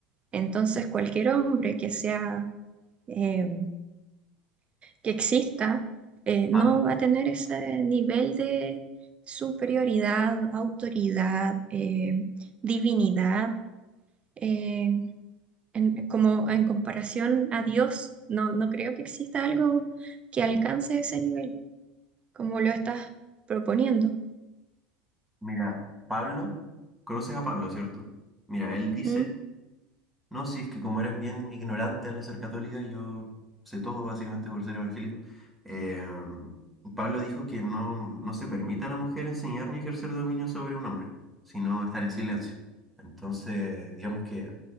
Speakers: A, on the right; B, in the centre.
A: Entonces, cualquier hombre que sea eh, que exista, eh, no
B: ah,
A: va a tener ese nivel de superioridad, autoridad, eh, divinidad, eh, en- como en comparación a Dios. No, no creo que exista algo que alcance ese nivel, como lo estás proponiendo.
B: mira, Pablo, conoces a Pablo, ¿cierto? Mira, él dice,
A: ¿m?
B: no, si es que como eres bien ignorante al ser católica, y yo sé todo básicamente por ser evangélico, eh, Pablo dijo que no, no se permite a la mujer enseñar ni ejercer dominio sobre un hombre, sino estar en silencio. Entonces, digamos que